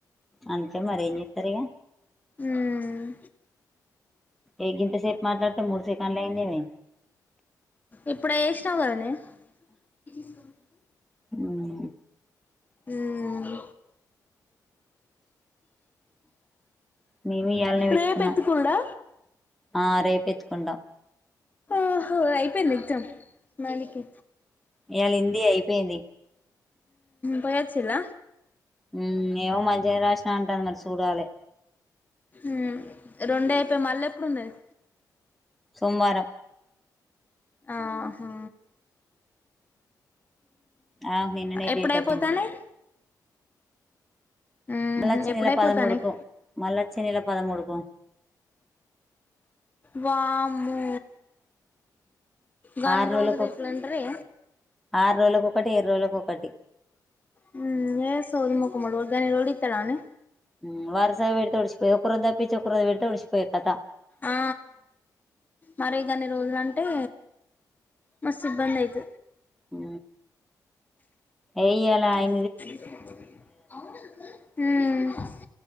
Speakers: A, in the centre; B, on the left.
A: అంతే మరి ఏం చేత్తరు ఇగ
B: హుమ్
A: ఏ గింతసేపు మాట్లాడితే మూడు సెకండ్లు అయిందేమి
B: ఇప్పుడ ఏ ష్ స్నవ్ కదనే ఈ సాంగ్ కు
A: హుహ్
B: హూమ్
A: మీమి ఇయాల్ నే వెట్
B: రేపు
A: కున్నా
B: ఎత్తుకునుడా
A: ఆ రేప్ పెట్ కుంటా
B: ఓ హో అయిపోయిందా ఎగ్జామ్ నాల్ కి
A: ఇయాళ ఇంది అయిపోయింది
B: పోయిచ్చిళ్ళ
A: హుమ్ ఏమో మర్ ఏం రాసినా అంటారు మరి చూడాలె
B: ఉహ్మ్ రెండు అయిపోయి మళ్ళ ఎప్పుడున్నది
A: సోమవారం
B: ఆ హా
A: ఆమె కు నిన్ననే
B: ఎప్పుడైపోతానయ్
A: డేట్ వచ్చింది
B: మ్మ్
A: మళ్ళ
B: హ్మ్
A: వచ్చే
B: ఎప్పుడైపోతానయ్
A: నెల పదమూడు కు మళ్ళ వచ్చే నెల పదమూడు కు
B: వామ్మో గన్ని
A: ఆరు రోజులకు
B: రోజులు ఎట్ల ఉంటరే
A: ఆరు రోజులకు ఒకటి ఏర్రోజులకు ఒకటి
B: హ్మ్ ఏ సోది మొఖమోడు గన్ని రోజు ఇత్తడాండి
A: హ్మ్ వరుస పెట్టి ఒడిసిపోయి ఒక్క రోజుదప్పిచ్చ ఒక్కరోజు వెడితే ఒడిష్ ఓకో కథ
B: ఆ మరి గన్ని రోజులుంటే మస్ ఇబ్బంది అయిత
A: హు ఎయ్యలా అయిత
B: హు